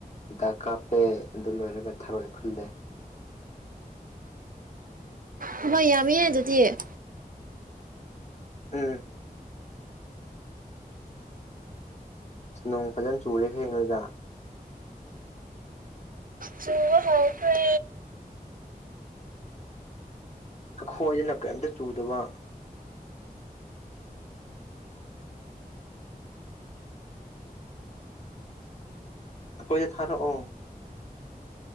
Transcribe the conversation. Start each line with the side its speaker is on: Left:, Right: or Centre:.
Left: ꯍꯤꯗꯥꯛ ꯀꯥꯞꯄꯦ ꯑꯗꯨ ꯂꯣꯏꯔꯒ ꯊꯥꯔꯣꯏ ꯈꯨꯜꯂꯦ
Right: ꯊꯕꯛ ꯌꯥꯝꯃꯤꯌꯦ ꯑꯗꯨꯗꯤ
Left: ꯎꯝ ꯅꯣꯡ ꯐꯖꯅ ꯆꯨꯔꯦ ꯍꯦ ꯅꯣꯏꯗ
Right: ꯆꯨꯕ ꯍꯥꯎꯈ꯭ꯔꯦ
Left: ꯑꯈꯣꯏꯗꯅ ꯀꯩꯝꯇ ꯆꯨꯗꯕ ꯑꯩꯈꯣꯏꯗ ꯊꯥꯔꯛꯑꯣ